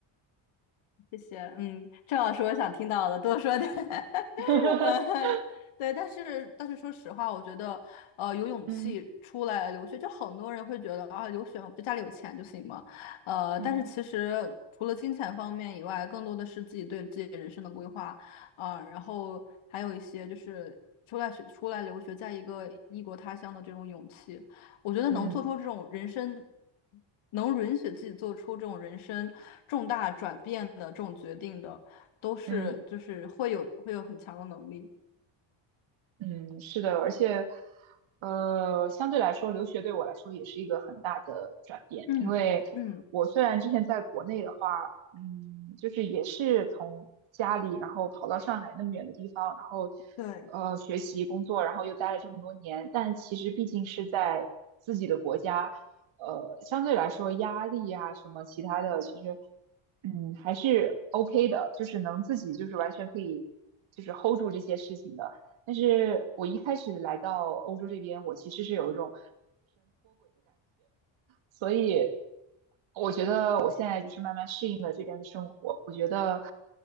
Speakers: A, on the left (about 70°); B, on the right (about 65°).
A: 谢谢，嗯，正好是我想听到的，多说点。<laughs>
B: <laughs>
A: 嗯，对，但是但是说实话，我觉得，呃，有勇气出来留学，
B: 嗯
A: 就很多人会觉得啊，留学就家里有钱就行嘛，呃，
B: 嗯
A: 但是其实除了金钱方面以外，更多的是自己对自己人生的规划啊，然后还有一些就是出来学出来留学，在一个异国他乡的这种勇气。我觉得能做出这种人生，
B: 嗯
A: 能允许自己做出这种人生重大转变的这种决定的，都是就是会有会有很强的能力。
B: 嗯。嗯，是的，而且，呃，相对来说，留学对我来说也是一个很大的转变，
A: 嗯嗯，
B: 因为我虽然之前在国内的话，嗯，就是也是从家里，然后跑到上海那么远的地方，然后，
A: 对，
B: 呃，学习、工作，然后又待了这么多年，但其实毕竟是在自己的国家，呃，相对来说压力啊什么其他的，其实，嗯，还是 OK 的，就是能自己就是完全可以就是 hold 住这些事情的。但是我一开始来到欧洲这边，我其实是有一种所以我觉得我现在就是慢慢适应了这边的生活，我觉得